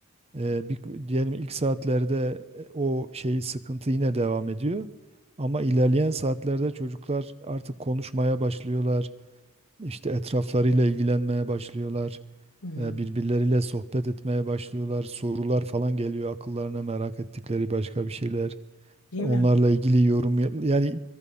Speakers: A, on the right (about 25°); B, on the left (about 80°).
A: Eee, bir, diyelim ilk saatlerde e, o şey sıkıntı yine devam ediyor. Ama ilerleyen saatlerde çocuklar artık konuşmaya başlıyorlar. İşte etraflarıyla ilgilenmeye başlıyorlar.
B: hı hı.
A: e, Birbirleriyle sohbet etmeye başlıyorlar. Sorular falan geliyor akıllarına merak ettikleri başka bir şeyler.
B: Değil
A: Onlarla
B: mi?
A: ilgili yorum yap- yani